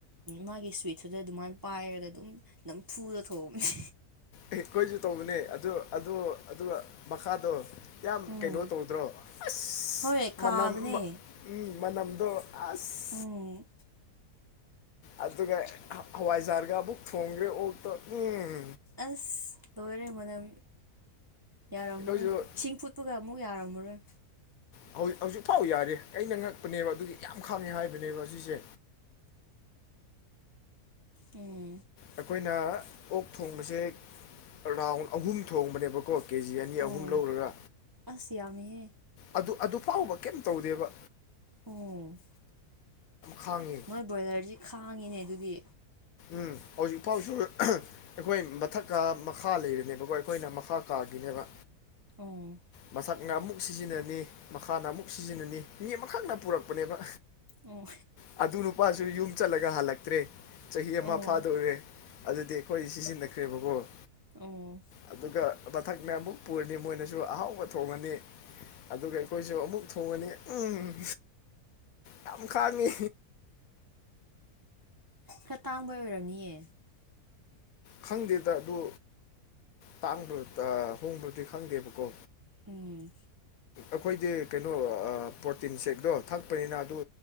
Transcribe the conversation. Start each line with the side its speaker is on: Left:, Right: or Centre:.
Right: ꯃꯥꯒꯤ ꯁ꯭ꯋꯤꯠꯇꯨꯗ ꯑꯗꯨꯃꯥꯏꯅ ꯄꯥꯏꯔꯒ ꯑꯗꯨꯝ ꯅꯝ ꯐꯨꯗ ꯊꯣꯡꯕꯅꯤ
Left: ꯑꯦꯈꯣꯏꯖꯨ ꯇꯧꯕꯅꯦ ꯑꯗꯨ ꯑꯗꯣ ꯑꯗꯨꯒ ꯃꯈꯥꯗꯣ ꯌꯥꯝ
Right: ꯎꯝ
Left: ꯀꯩꯅꯣ ꯇꯧꯗ꯭ꯔꯣ ꯑꯁ
Right: ꯍꯣꯏ ꯀꯥꯕꯅꯦ
Left: ꯃꯅꯝ ꯃ ꯎꯝ ꯃꯅꯝꯗꯣ ꯑꯁ
Right: ꯎꯝ
Left: ꯑꯗꯨꯒ ꯍ ꯍꯋꯥꯏꯖꯥꯔꯒ ꯑꯃꯨꯛ ꯊꯣꯡꯒ꯭ꯔꯦ ꯑꯣꯛꯇꯣ ꯎꯝ
Right: ꯑꯁ ꯂꯣꯏꯔꯦ ꯃꯅꯝ ꯌꯥꯔꯝꯃꯔꯣꯏ
Left: ꯑꯩꯈꯣꯏꯁꯨ
Right: ꯏꯁꯤꯡ ꯐꯨꯠ ꯄꯒ ꯑꯃꯨꯛ ꯌꯥꯔꯝꯃꯔꯣꯏ
Left: ꯍꯧ ꯍꯧꯖꯤꯛꯐꯥꯎ ꯌꯥꯔꯤ ꯑꯩꯅ ꯉꯛꯄꯅꯦꯕ ꯑꯗꯨꯒꯤ ꯌꯥꯝ ꯈꯥꯡꯉꯦ ꯍꯥꯏꯕꯅꯦꯕ ꯑꯁꯤꯖꯦ
Right: ꯎꯝ
Left: ꯑꯩꯈꯣꯏꯅ ꯑꯣꯛ ꯊꯣꯡꯕꯁꯦ ꯔꯥꯎꯟ ꯑꯍꯨꯝ ꯊꯣꯡꯕꯅꯦꯕꯀꯣ ꯀꯦꯖꯤ ꯑꯅꯤ
Right: ꯑꯣ
Left: ꯑꯍꯨꯝ ꯂꯧꯔꯒ
Right: ꯑꯁ ꯌꯥꯝꯃꯤꯍꯦ
Left: ꯑꯗꯨ ꯑꯗꯨꯐꯥꯎꯕ ꯀꯩꯝ ꯇꯧꯗꯦꯕ
Right: ꯎꯝ
Left: ꯈꯥꯡꯉꯦ
Right: ꯅꯣꯏ ꯕꯣꯏꯂꯔꯖꯤ ꯈꯥꯡꯉꯤꯅꯦ ꯑꯗꯨꯗꯤ
Left: ꯎꯝ ꯍꯧꯖꯤꯛ ꯐꯥꯎꯁꯨ ꯑꯩꯈꯣꯏ ꯃꯊꯛꯀꯥ ꯃꯈꯥ ꯂꯩꯔꯤꯅꯦꯕꯀꯣ ꯑꯩꯈꯣꯏꯅ ꯃꯈꯥ ꯀꯥꯒꯤꯅꯦꯕ
Right: ꯑꯣ
Left: ꯃꯊꯛꯅ ꯑꯃꯨꯛ ꯁꯤꯖꯤꯅꯅꯤ ꯃꯈꯥꯅ ꯑꯃꯨꯛ ꯁꯤꯖꯤꯅꯅꯤ ꯃꯤ ꯑꯃꯥꯈꯛꯅ ꯄꯨꯔꯛꯄꯅꯦꯕ
Right: ꯑꯣ
Left: ꯑꯗꯨ ꯅꯨꯄꯥꯁꯨ ꯌꯨꯝ ꯆꯠꯂꯒ ꯍꯜꯂꯛꯇ꯭ꯔꯦ ꯆꯍꯤ ꯑꯃꯥ
Right: ꯑꯣ
Left: ꯐꯥꯗꯣꯔꯦ ꯑꯗꯨꯗꯤ ꯑꯩꯈꯣꯏ ꯁꯤꯖꯤꯟꯅꯈ꯭ꯔꯦꯕꯀꯣ
Right: ꯑꯣ
Left: ꯑꯗꯨꯒ ꯃꯊꯛꯅ ꯑꯃꯨꯛ ꯄꯨꯔꯅꯤ ꯃꯣꯏꯅꯁꯨ ꯑꯍꯥꯎ ꯕ ꯊꯣꯡꯉꯅꯤ ꯑꯗꯨꯒ ꯑꯩꯈꯣꯏꯖꯨ ꯑꯃꯨꯛ ꯊꯣꯡꯉꯅꯤ ꯎꯝ ꯌꯥꯝ ꯈꯥꯡꯉꯤ
Right: ꯈꯔ ꯇꯥꯡꯕꯩ ꯑꯣꯏꯔꯝꯅꯤꯌꯦ
Left: ꯈꯪꯗꯦꯗ ꯑꯗꯨ ꯇꯥꯡꯕ꯭ꯔ ꯇꯥ ꯍꯣꯡꯕ꯭ꯔꯗꯤ ꯈꯪꯗꯦꯕꯀꯣ
Right: ꯎꯝ
Left: ꯑꯈꯣꯏꯗꯤ ꯀꯩꯅꯣ ꯑꯥ ꯄ꯭ꯔꯣꯇꯤꯟ ꯁꯦꯛꯇꯣ ꯊꯛꯄꯅꯤꯅ ꯑꯗꯨ